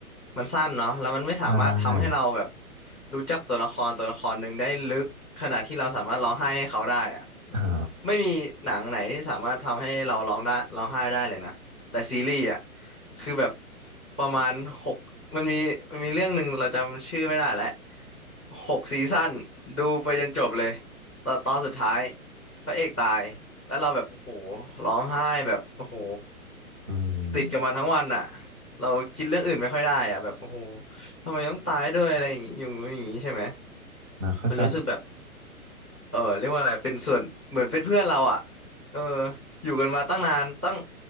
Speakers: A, in the centre; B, on the right.
A: มันสั้นเนาะแล้วมันไม่สามารถทำให้เราแบบ
B: ใช่
A: รู้จักตัวละครตัวละครหนึ่งได้ลึกขนาดที่เราสามารถร้องไห้ให้เขาได้อะ
B: อ่า
A: ไม่มีหนังไหนที่สามารถทำให้เราร้องได้ร้องไห้ได้เลยนะแต่ซีรีส์อ่ะคือแบบประมาณหกมันมีมันมีเรื่องหนึ่งเราจำชื่อไม่ได้แล้วหกซีซั่นดูไปจนจบเลยตอนตอนสุดท้ายพระเอกตาย แล้วเราแบบโอ้โหร้องไห้แบบโอ้โห
B: อืม
A: ติดกับมันทั้งวันอ่ะเราคิดเรื่องอื่นไม่ค่อยได้อ่ะแบบโอ้โหทำไมต้องตายด้วยอะไรอย่างงี้อย่างงี้อย่างงี้ใช่ไหม
B: อ่าเข้าใจ
A: มันรู้สึกแบบเออเรียกว่าอะไรเป็นส่วนเหมือนเป็นเพื่อนเราอ่ะเอออยู่กันมาตั้งนานตั้ง